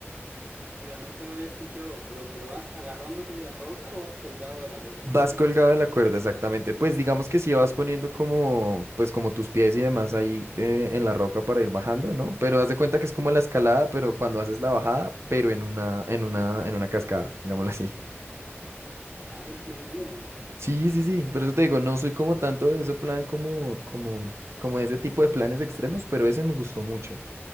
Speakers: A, on the right (about 45°); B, on the right (about 70°).
A: Mira, nunca lo había escuchado, pero, pero ¿vas agarrándote de la roca o vas colgado de la cuerda
B: Vas
A: solamente?
B: colgado de la cuerda, exactamente. Pues digamos que sí vas poniendo como, pues como tus pies y demás ahí eh, en la roca para ir bajando, ¿no? Pero haz de cuenta que es como la escalada, pero cuando haces la bajada, pero en una, en una,
A: Ya.
B: en una cascada, digámoslo así.
A: Ah, qué entretenido.
B: Sí, sí, sí. Por eso te digo, no soy como tanto de ese plan como, como, como de ese tipo de planes extremos, pero ese me gustó mucho.